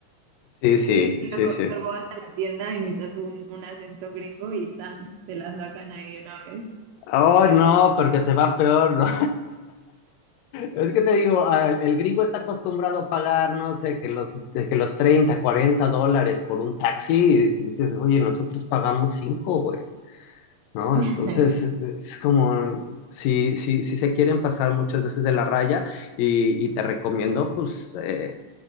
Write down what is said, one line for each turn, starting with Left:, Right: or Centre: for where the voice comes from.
Left: sí,
Right: <laughs>
Left: sí,
Right: Luego,
Left: sí, sí.
Right: luego vas a la tienda, imitas un, un acento gringo y tan, te la sacan ahí de una vez.
Left: Oh, no, porque te va peor, ¿no? Es que te digo, al- el gringo está acostumbrado a pagar, no sé, que los, de que los 30 40 dólares por un taxi, y si dices, oye, nosotros pagamos 5 güey, ¿no?
Right: <laughs>
Left: Entonces,
Right: Ok,
Left: e, es como, si, si, si se quieren pasar muchas veces de la raya, y, y te recomiendo, pues, eh,